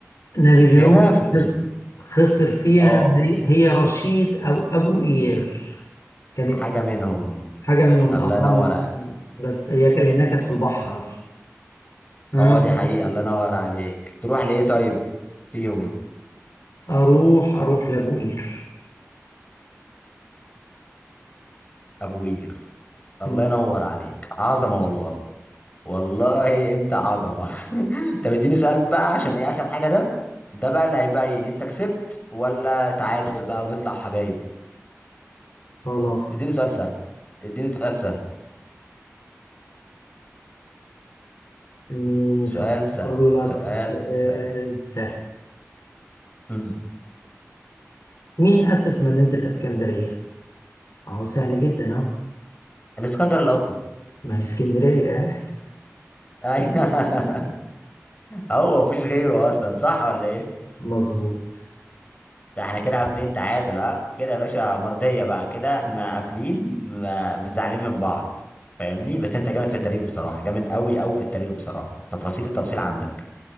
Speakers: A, on the left (about 80°); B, on the left (about 30°).
A: نابليون
B: هنا في الاس...
A: خسر خسر فيها
B: اه
A: هي هي رشيد او ابو قير كانت
B: حاجه منهم
A: حاجه منهم
B: الله
A: الاهرام
B: ينور
A: لا خالص بس هي كان لانها كانت في البحر اصلا أم،
B: اه دي حقيقة الله ينور عليك تروح لإيه طيب فيهم
A: اروح اروح لابو قير
B: أبو قير الله
A: أم،
B: ينور عليك عظمة والله والله أنت عظمة <laughs> طب اديني سؤال بقى عشان إيه آخر حاجة ده ده بقى اللي هيبين أنت كسبت ولا تعادل بقى ونطلع حبايب
A: خلاص
B: اديني سؤال سهل اديني سؤال سهل
A: اني
B: سؤال
A: افكر
B: سهل
A: لك
B: سؤال
A: في سؤال
B: سهل
A: سهل
B: مم.
A: مين اسس مدينه الاسكندريه اهو سهل جدا اهو
B: الاسكندر الأكبر
A: ما هي اسكندريه يعني
B: <laughs> أيوه هو مفيش غيره أصلا صح ولا إيه
A: مظبوط
B: ده احنا كده قافلين تعادل اه كده يا باشا مرضية بقى كده احنا قافلين ما- مش زعلانين من بعض فاهمني بس انت جامد في التاريخ بصراحة جامد قوي قوي في التاريخ بصراحة تفاصيل التفاصيل عندك